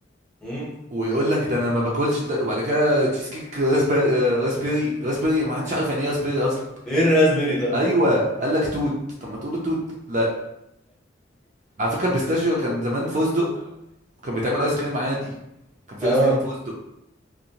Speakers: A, in the centre; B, on the right.
A: امم
B: ويقول لك ده انا ما باكلش دلوقتي وبعد كده تشيز كيك راسبيري آه، راسبيري راسبيري ما حدش عارف يعني ايه راسبيري اصلا
A: ايه الراسبيري ده
B: ايوه
A: أصلاً؟
B: قال لك توت طب ما تقول توت لا على فكره البيستاشيو كان زمان فستق وكان بيتعمل ايس كريم عادي كان في
A: اه
B: ايس كريم فستق